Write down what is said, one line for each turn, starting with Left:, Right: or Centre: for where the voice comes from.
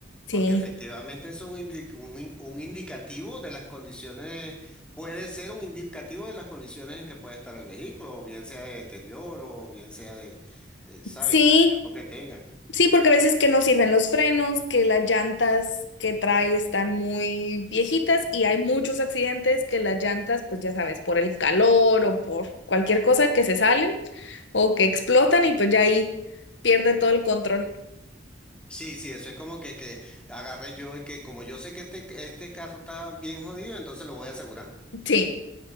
Left: Sí.
Centre: porque efectivamente es un, indi- un, in- un indicativo de las condiciones, puede ser un indicativo de las condiciones en que puede estar el vehículo, o bien sea de deterioro, o bien sea de, eh, ¿sabes?
Left: Sí,
Centre: Por el tiempo que tengan.
Left: Sí, porque a veces que no sirven los frenos, que las llantas que trae están muy viejitas y hay muchos accidentes que las llantas, pues ya sabes, por el calor o por cualquier cosa que se salen o que explotan y pues ya ahí pierde todo el control.
Centre: Sí, sí, eso es como que, que agarré yo y que como yo sé que este, este carro está bien jodido, entonces lo voy a asegurar.
Left: Sí,